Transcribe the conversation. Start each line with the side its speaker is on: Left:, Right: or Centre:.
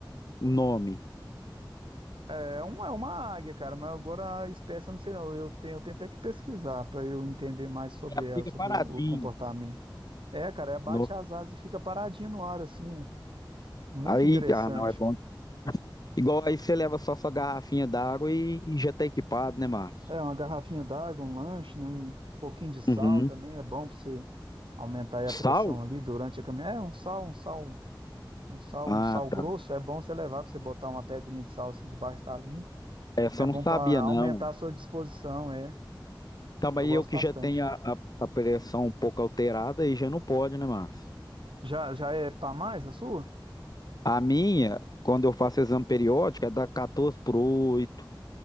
Left: O nome.
Right: É, um, é uma águia, cara, mas agora a espécie eu não sei não. Eu tenho, eu tenho até que pesquisar para eu entender mais sobre
Left: Ela
Right: ela,
Left: fica
Right: sobre
Left: paradinha.
Right: o, o comportamento. É, cara, ela bate
Left: No...
Right: as asas e fica paradinha no ar, assim, ó. Muito
Left: Aí,
Right: interessante.
Left: ah, não, é bom. Igual aí você leva só sua garrafinha d'água e, e já tá equipado, né, Márcio?
Right: É, uma garrafinha d'água, um lanche, né, um pouquinho de sal
Left: Uhum.
Right: também é bom para você aumentar aí a
Left: Sal?
Right: pressão ali durante a caminhada. É, um sal, um sal Um sal,
Left: Ah,
Right: um sal
Left: tá.
Right: grosso é bom você levar para você botar uma pedrinha de sal assim debaixo da língua.
Left: É, Essa
Right: É
Left: eu
Right: bom
Left: não sabia,
Right: para aumentar
Left: não.
Right: a sua disposição, é.
Left: Então, aí
Right: Eu gosto
Left: eu que
Right: bastante.
Left: já tenho a, a, a pressão um pouco alterada, aí já não pode, né, Márcio?
Right: Já, já é para mais a sua?
Left: A minha, quando eu faço exame periódico, é da 14 por oito